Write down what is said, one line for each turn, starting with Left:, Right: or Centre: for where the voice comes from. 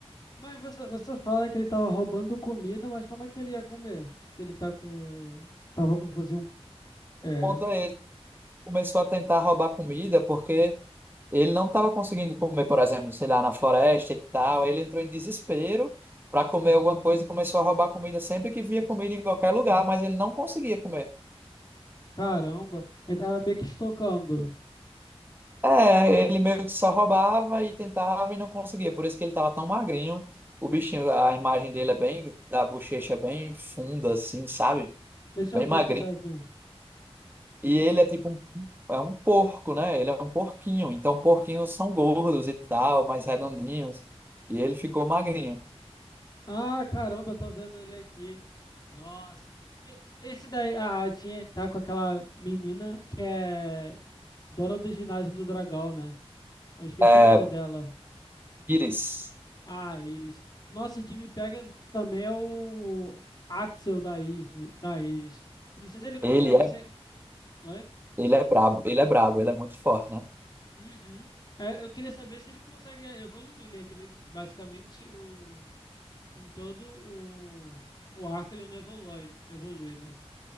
Left: Mas você, você fala que ele tava roubando comida, mas como é que ele ia comer? Se ele tá com. Tava com fuzil. É...
Right: O ponto é esse, começou a tentar roubar comida porque ele não estava conseguindo comer, por exemplo, sei lá, na floresta e tal. Aí ele entrou em desespero para comer alguma coisa e começou a roubar comida sempre que via comida em qualquer lugar, mas ele não conseguia comer.
Left: Caramba, ele tava meio que estocando.
Right: É, ele meio que só roubava e tentava e não conseguia. Por isso que ele tava tão magrinho. O bichinho, a imagem dele é bem, da bochecha é bem funda, assim, sabe?
Left: Deixa
Right: Bem
Left: eu pesquisar
Right: magrinho.
Left: aqui.
Right: E ele é tipo um, é um porco, né? Ele é um porquinho. Então, porquinhos são gordos e tal, mais redondinhos. E ele ficou magrinho.
Left: Ah, caramba, eu tô vendo ele aqui. Nossa. E- esse daí. Ah, tinha, tá com aquela menina que é dona do ginásio do Dragão, né? Eu esqueci
Right: É,
Left: o nome dela.
Right: Pires,
Left: Ah, Iris. Nossa, o que me pega muito também é o Axel da Isis, da Iris. Eu Não sei se ele consegue
Right: ele é,
Left: chegar. Oi?
Right: ele é brabo, ele é brabo, ele é muito forte, né?
Left: Uhum. É, Eu queria saber se ele consegue evoluir, né? Que ele basicamente o... em todo o... o arco ele não evolui, evolui, né?